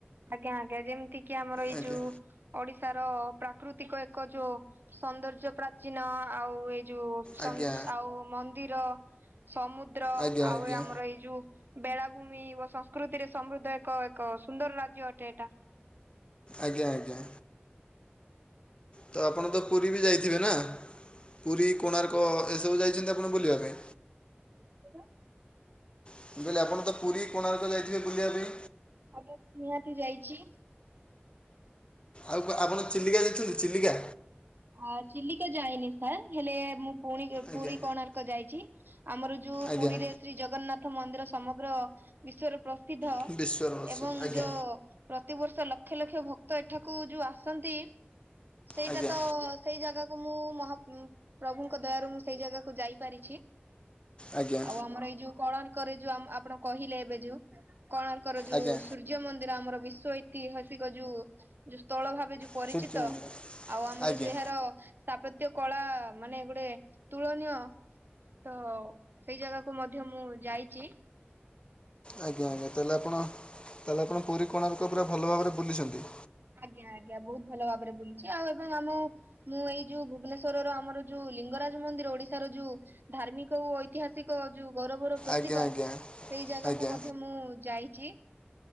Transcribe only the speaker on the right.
ଆଜ୍ଞା ଆଜ୍ଞା। ଯେମିତି କିି ଆମର ଏଇ
ଯୋଉ ଓଡିଶାର ପ୍ରାକୃତିକ ଏକ ଯୋ ସୌନ୍ଦର୍ଯ୍ୟ ପ୍ରାଚୀନ ଆଉ ଏ ଯୋଉ ସମ୍
ଆଉ ମନ୍ଦିର, ସମୁଦ୍ର
ଆଉ
ଏ ଆମର ଏଇ ଯୋଉ ବେଳାଭୂମି ଓ ସଂସ୍କୃତିରେ ସମୃଦ୍ଧ ଏକ ଏକ ସୁନ୍ଦର ରାଜ୍ୟ ଅଟେ ଏଇଟା।
<unintelligible>
ଆଜ୍ଞା ନିହାତି ଯାଇଚି।
ଆ ଚିଲିକା ଯାଇନି ସାର୍। ହେଲେ ମୁଁ ପୁଣି
ପୁରୀ କୋଣାର୍କ ଯାଇଚି। ଆମର ଯୋଉ
ପୁରୀରେ ଶ୍ରୀ ଜଗନ୍ନାଥ ମନ୍ଦିର ସମଗ୍ର ବିଶ୍ଵରେ ପ୍ରସିଦ୍ଧ।
ଏବଂ
ଯୋ ପ୍ରତିବର୍ଷ ଲକ୍ଷ ଲକ୍ଷ ଭକ୍ତ ଏଠାକୁ ଯୋଉ ଆସନ୍ତି, ସେଇଟା
ତ ସେଇ ଜାଗାକୁ ମୁଁ ମହା ପ୍ରଭୁଙ୍କ ଦୟାରୁ ମୁଁ ସେଇ ଜାଗାକୁ ଯାଇପାରିଛି।
ଆଉ ଆମର ଏଇ ଯୋଉ କୋଣାର୍କରେ ଯୋଉ ଆପଣ କହିଲେ ଏବେ ଯୋଉ କୋଣାର୍କର ଯୋଉ
ସୂର୍ ସୂର୍ଯ୍ୟ ମନ୍ଦିର ଆମର ବିଶ୍ଵ ଐତିହାସିକ ଯୋଉ ଯୋଉ ସ୍ଥଳ ଭାବେ ଯୋଉ ପରିଚିତ
ଆଉ ଆମର
ଯୋଉ ଏହାର ସ୍ଥାପତ୍ୟ କଳା ମାନେ ଗୋଟେ ତୁଳନୀୟ ତ ସେଇ ଜାଗାକୁ ମଧ୍ୟ ମୁଁ ଯାଇଚି।
ଆଜ୍ଞା ଆଜ୍ଞା ବହୁତ୍ ଭଲ ଭାବରେ ବୁଲିଚି। ଆଉ ଏବେ ଆମେ ମୁଁ ଏଇ ଯୋଉ ଭୁବନେଶ୍ୱରର ଆମର ଯୋଉ ଲିଙ୍ଗରାଜ ମନ୍ଦିର ଓଡିଶାର ଯୋଉ ଧାର୍ମିକ ଓ ଐତିହାସିକ ଯୋଉ ଗୌରବର ପ୍ରତୀକ,
ସେଇ ଜାଗାକୁ
ମଧ୍ୟ ମୁଁ ଯାଇଚି।